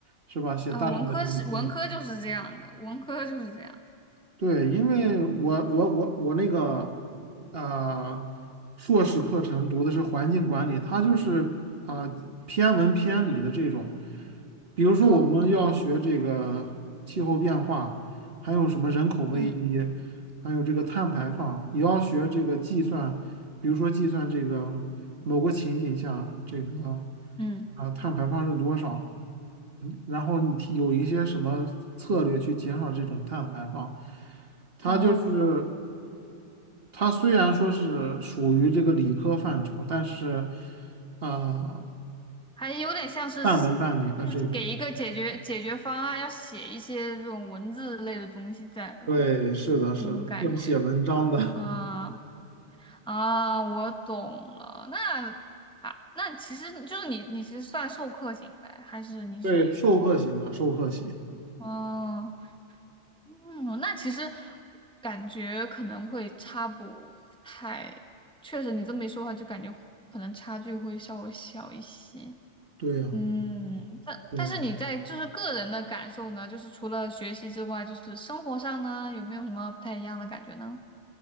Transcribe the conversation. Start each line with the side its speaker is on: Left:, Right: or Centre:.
Right: 是吧？写大量的这个论文
Centre: 啊，文科是文科就是这样的，文科就是这样
Right: 对，因为我我我我那个呃硕士课程读的是环境管理，它就是啊、偏文偏理的这种。比如说我们要学这个气候变化，
Centre: 啊，懂了。
Right: 还有什么人口危机，
Centre: 嗯
Right: 还有这个碳排放，也要学这个计算，比如说计算这个某个情景下这个
Centre: 嗯，
Right: 啊、碳排放是多少。然后你提有一些什么策略去减少这种碳排放？它就是
Centre: 哦。
Right: 它虽然说是属于这个理科范畴，但是呃，
Centre: 还有点像是写，
Right: 半文半理的这种，
Centre: 就是给一个解决解决方案，要写一些这种文字类的东西在吧，
Right: 对，是的，是的，
Centre: 那种感觉。
Right: 要写文章的，
Centre: 嗯啊，我懂了。那啊，那其实你就是你，你其实算授课型呗，还是你是研究型？
Right: 对，授课型的，授课型，
Centre: 哦，嗯，那其实感觉可能会差不太，确实你这么一说的话，就感觉可能差距会稍微小一些。
Right: 对呀，
Centre: 嗯，但但是你在就是个人的感受呢，
Right: 对呀，
Centre: 就是除了学习之外，就是生活上呢，有没有什么不太一样的感觉呢？